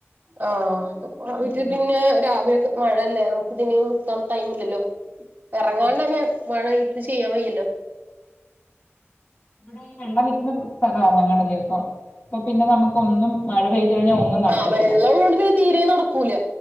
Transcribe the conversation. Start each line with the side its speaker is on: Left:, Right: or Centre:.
Right: ആഹ് പ്പ പ്പ അവിറ്റ്
Left: ഉം
Right: പിന്നെ രാവ് ലെ മഴല്ലേ നമുക്ക് ഇതിനിയും നിർത്താ ൻ ടൈമില്ലല്ലോ എറങ്ങാണ്ടെന്നെ
Left: അതെ
Right: മഴ ത് ചെയ്യാൻ വയ്യല്ലോ.
Left: ഇവടെ ഈ വെള്ളം നിക്കുന്ന സ്ഥലവാ ഞങ്ങടെ ദിവസം അപ്പൊ പിന്നെ നമുക്ക് ഒന്നും മഴ പെയ്ത് കഴിഞ്ഞാൽ ഒന്നും നടക്കത്തില്ല
Right: ആഹ് വെള്ളള്ളോണ്ട് പിന്നെ തീരേ നടക്കൂല.